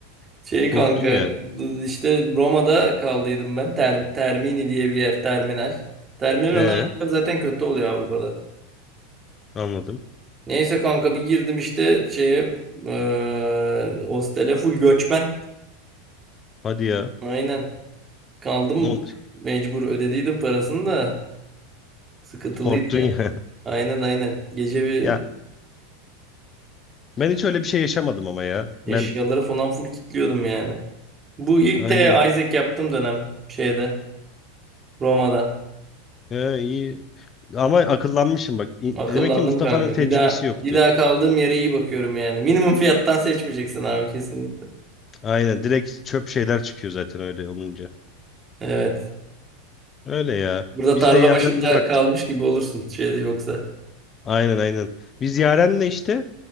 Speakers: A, on the right; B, on the left.
A: Şey kanka
B: korktum yani.
A: işte Roma'da kaldıydım ben. Ter, Termini diye bir yer terminal. Terminal
B: E
A: olan yerler zaten kötü oluyor Avrupa'da.
B: anladım.
A: Neyse kanka bir girdim işte şeye eee hostele full göçmen.
B: Hadi ya.
A: Aynen. Kaldım
B: O-
A: mecbur ödediydim parasını da sıkıntılıydı
B: Korktun
A: yani.
B: ya. <laughs>
A: Aynen aynen. Gece bir
B: Ya ben hiç öyle bir şey yaşamadım ama ya.
A: eşyaları
B: Ben
A: falan full kilitliyordum yani. Bu ilk
B: aynen
A: de Isaac yaptığım dönem şeyde Roma'da.
B: Ee, iyi. Ama akıllanmışım bak. İ-
A: Akıllandım
B: Demek ki Mustafa'nın
A: kanka.
B: tecrübesi
A: Bir daha
B: yoktu.
A: bir daha kaldığım yere iyi bakıyorum yani. Minimum fiyattan seçmeyeceksin abi kesinlikle.
B: Aynen direkt çöp şeyler çıkıyor zaten öyle olunca.
A: Evet.
B: Öyle ya.
A: Burada
B: Biz
A: tarla
B: de Yaren'le
A: başında
B: baktık.
A: kalmış gibi olursun şeyde yoksa.
B: Aynen aynen. Biz Yaren'le işte